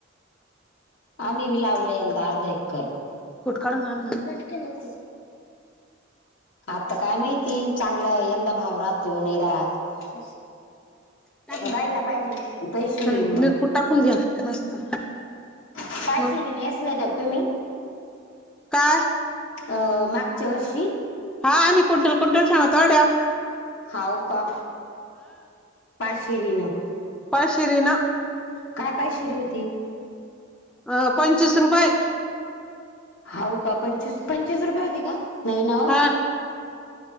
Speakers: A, on the left (about 75°); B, in the centre.
A: आम्ही बी लावले यंदा अर्ध एकर.
B: कुट काढून आणना.
A: पटकण येतो. आता काय माहिती चांगला यंदा भाव राहतो नाही राहत
B: टाकून
A: राहिला
B: दे यांच्यात
A: पाहिजे पैसे
B: मिरची
A: होईन मग
B: मिरकुट टाकून घ्या मस्त.
A: काय
B: मग
A: नेसल होत तुम्ही?
B: काय?
A: अ मागच्या वर्षी.
B: हा आमही कुंल कुंटल शेंगा तोडल्या.
A: हाव का पाशिरीनं.
B: पाशीरीन.
A: काय पाय शेरी होती?
B: अ पंचवीस रुपये.
A: हो का पंचवीस, पंचवीस रुपये होती का? नाही ना हो.
B: हा.